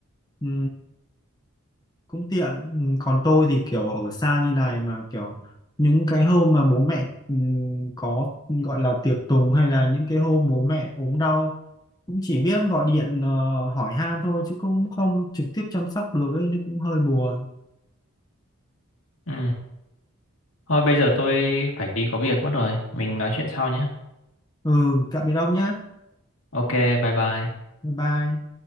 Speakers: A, on the left (about 20°); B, on the left (about 65°).
A: Ừ, cũng tiện. Ừ, còn tôi thì kiểu ở xa như này mà kiểu những cái hôm mà bố mẹ ừ, có gọi là tiệc tùng hay là những cái hôm bố mẹ ốm đau cũng chỉ biết gọi điện ờ, hỏi han thôi chứ cũng không trực tiếp chăm sóc được ấy, nó cũng hơi buồn.
B: Ừ. Thôi bây giờ tôi phải đi có việc mất rồi. Mình nói chuyện sau nhé.
A: Ừ, tạm biệt ông nhá.
B: Ok, bye bye.
A: Bye bye.